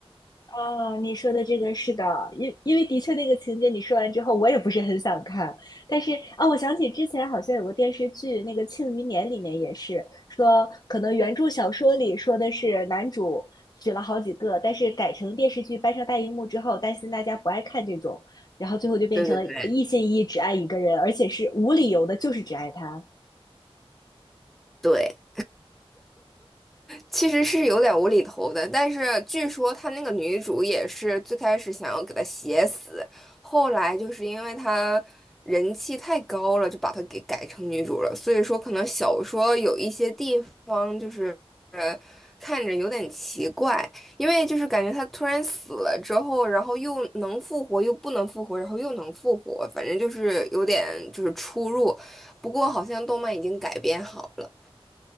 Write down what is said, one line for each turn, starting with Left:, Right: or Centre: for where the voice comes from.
Left: 哦，你说的这个是的，因因为的确那个情节你说完之后，我也不是很想看。但是啊、我想起之前好像有个电视剧，那个《庆余年》里面也是说，可能原著小说里说的是男主娶了好几个，但是改成电视剧搬上大荧幕之后，担心大家不爱看这种，然后最后就变成了一心一意只爱一个人，
Centre: 对对对。
Left: 而且是无理由的，就是只爱他。
Centre: 对，其实是有点无厘头的，但是据说他那个女主也是最开始想要给他写死，后来就是因为他人气太高了，就把他给改成女主了。所以说，可能小说有一些地方就是呃看着有点奇怪，因为就是感觉他突然死了之后，然后又能复活，又不能复活，然后又能复活，反正就是有点就是出入。不过好像动漫已经改编好了。